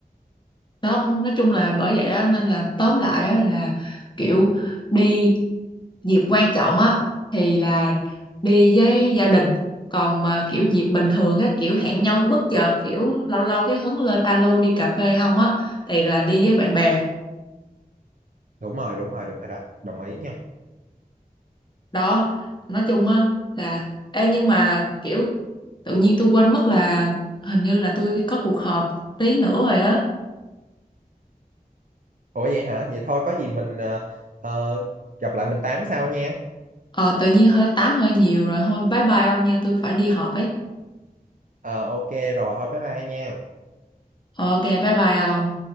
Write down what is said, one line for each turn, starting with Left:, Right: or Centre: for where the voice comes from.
Left: Đó, nói chung là bởi vậy á, nên là tóm lại á, là, kiểu, đi dịp quan trọng á, thì là đi với gia đình, còn mà, kiểu, dịp bình thường á, kiểu, hẹn nhau bất chợt, kiểu, lâu lâu cái hứng lên alo đi cà phê không á, thì là đi với bạn bè.
Right: Đúng rồi, đúng rồi, đúng rồi đó, đồng ý nha.
Left: Đó, nói chung á là ê, nhưng mà, kiểu, tự nhiên tôi quên mất là hình như là tôi có cuộc họp tí nữa rồi á.
Right: Ủa, vậy hả? Vậy thôi có gì mình, ờ, ờ, gặp lại mình tám sau nha.
Left: Ờ, tự nhiên hơi tám hơi nhiều rồi, thôi bye bye ông nha, tôi phải đi họp ấy.
Right: Ờ, ô rồi thôi bye bye nha.
Left: Ờ, ok bye bye ông.